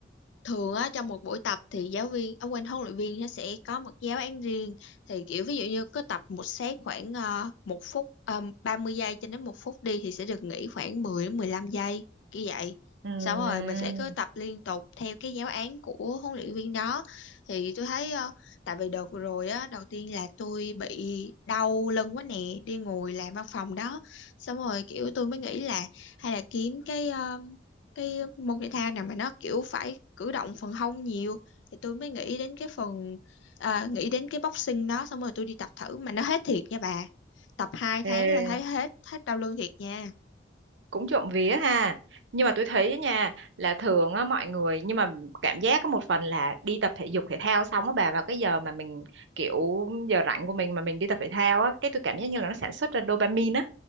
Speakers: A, on the left; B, on the right.
A: thường á trong một buổi tập thì giáo viên ông quên huấn luyện viên nó sẽ có một giáo án riêng thì kiểu ví dụ như cứ tập một set khoảng ờ, một phút ờ, 30 giây cho đến một phút đi thì sẽ được nghỉ khoảng 10 đến 15 giây như vậy
B: Ừm,
A: xong rồi mình sẽ cứ tập liên tục theo cái giáo án của huấn luyện viên đó thì tôi thấy ờ, tại vì đợt vừa rồi á đầu tiên là tôi bị đau lưng quá nè đi ngồi làm văn phòng đó xong rồi kiểu tôi mới nghĩ là hay là kiếm cái ờ, cái môn thể thao nào mà nó kiểu phải cử động phần hông nhiều thì tôi mới nghĩ đến cái phần à, nghĩ đến cái boxing đó xong rồi tôi đi tập thử mà nó hết thiệt nha bà tập 2
B: ê.
A: tháng là thấy hết hết đau lưng thiệt nha
B: cũng trộm vía ha nhưng mà tôi thấy á nha là thường á mọi người nhưng mà cảm giác có một phần là đi tập thể dục thể thao xong á bà vào cái giờ mà mình kiểu giờ rảnh của mình mà mình đi tập thể thao á cái tôi cảm giác như là nó sản xuất ra dopamine á